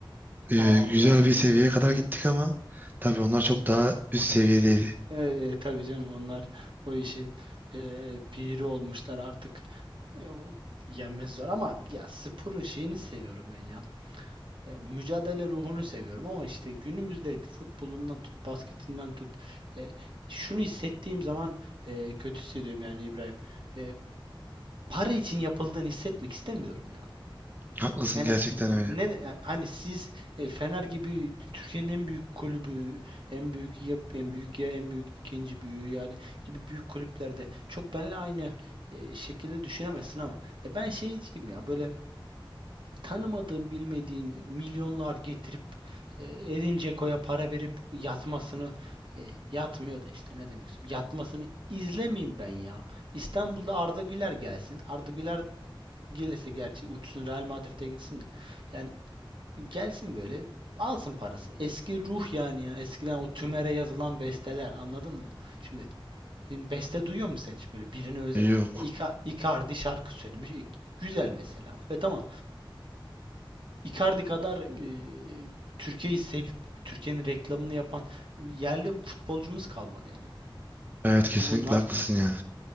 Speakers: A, on the right; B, on the right.
A: E,
B: Anladım.
A: güzel bir seviyeye kadar gittik ama tabii onlar çok daha üst seviyedeydi.
B: E, e, tabii canım onlar o işin e, piri olmuşlar artık. E, o yenmesi zor ama ya sporun şeyini seviyorum ben ya. E, mücadele ruhunu seviyorum ama işte günümüzde futbolundan tut, basketinden tut. E, şunu hissettiğim zaman e, kötü hissediyorum yani İbrahim. E, para için yapıldığını hissetmek istemiyorum ya.
A: Haklısın
B: Yani
A: gerçekten öyle.
B: ne de- hani siz e, Fener gibi Türkiye'nin en büyük kulübü, en büyük ya en büyük ya en büyük ikinci büyüğü yani gibi büyük kulüplerde çok benle aynı e, şekilde düşünemezsin ama e, ben şeyciyim ya böyle tanımadığın, bilmediğin milyonlar getirip e, Edin Dzeko'ya para verip yatmasını e, yatmıyor da işte ne demek istiyorum. Yatmasını izlemeyeyim ben ya. İstanbul'da Arda Güler gelsin. Arda Güler gelirse gerçi uçsun Real Madrid'e gitsin de. Yani gelsin böyle alsın parası. Eski ruh yani ya. Eskiden o tümere yazılan besteler anladın mı? Şimdi, şimdi beste duyuyor musun sen hiç böyle birine özel?
A: Yok.
B: E, Ica- Icardi şarkı söylemiş. İ- Güzel mesela. Ve tamam Icardi kadar e, Türkiye'yi sevip Türkiye'nin reklamını yapan yerli futbolcumuz kalmadı yani.
A: Evet kesinlikle
B: Bunlar
A: haklısın yani.